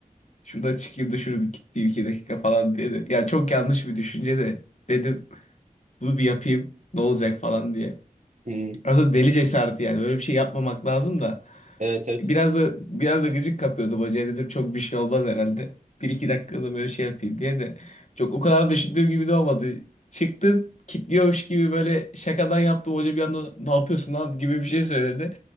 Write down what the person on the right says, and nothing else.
Hmm.
Evet evet.